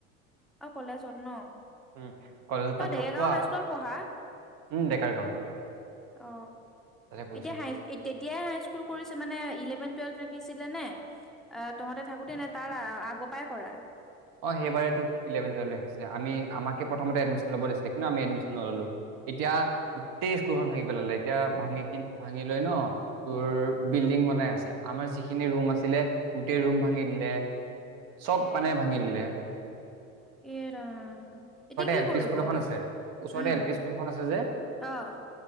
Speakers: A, in the centre; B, on the right.
A: অ কলেজত ন
B: উম, কলেজত
A: তই
B: তাক
A: ডেৰগাঁও
B: লগ পোৱা
A: হাইস্কুল পঢ়া।
B: উম ডেকাৰ গাঁৱত।
A: অ,
B: তাতে পঢ়িছিলো
A: এতিয়া হাই
B: মই
A: তেতিয়াই হ। স্কুল কৰি মানেলেভেন টুৱেল ৰাখিছিলে নে তহঁতে থাকোতে নে তাৰ আগৰ পৰাাই কৰা।
B: অ সেইবাৰেলেভেন টুৱেলভ ৰাখিছিলে আমি আমাক প্ৰমতে এডমিশন লবছিলে কিন্তু আমি এডমিনলো। এতিয়া গোটেই স্কুলখন ভাঙি পেললে এতিয়া ভাঙি কিন ভাঙি লৈ ন।
A: উম
B: তোৰ বিল্ডিং বনাই আছে আমাৰ যিখিনি ৰুম আছিলে গোটেই ৰুম ভাঙি দিলে। চব
A: এ
B: পানে ভাঙিলে।
A: এৰাম এতিয়া কি
B: এল
A: কৰিব,
B: পি স্কুল এখন আছে ওচৰতে
A: উম।
B: এল পি স্কুলখন আছে যে
A: আহ।